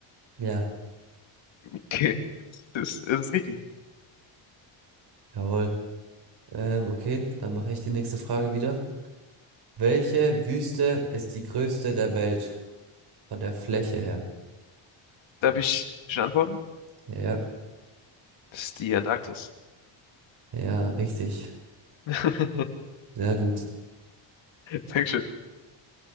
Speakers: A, on the right; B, on the left.
A: ja,
B: Okay. Das, das ist richtig.
A: jawohl. Ähm, okay, dann mache ich die nächste Frage wieder. Welche Wüste ist die größte der Welt von der Fläche her?
B: Darf ich schon antworten?
A: Ja,
B: Das ist die Antarktis.
A: ja, richtig.
B: <laughs>
A: Sehr gut.
B: Dankeschön.